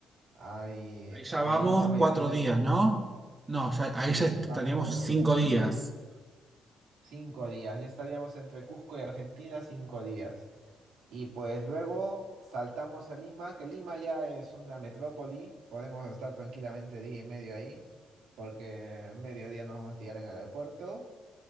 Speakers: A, on the right (about 85°); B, on the right (about 25°).
A: Hay,
B: Ahí ya
A: ahí
B: vamos
A: la mayoría,
B: cuatro días, ¿no? No, ya- ahí
A: sí,
B: ya estaríamos
A: vamos cuatro
B: cinco
A: días,
B: días.
A: cinco días. Ya estaríamos entre Cusco y Argentina, cinco días. Y pues luego saltamos a Lima, que Lima ya es una metrópoli, podemos estar tranquilamente día y medio ahí, porque mediodía nos vamos a tirar en el aeropuerto.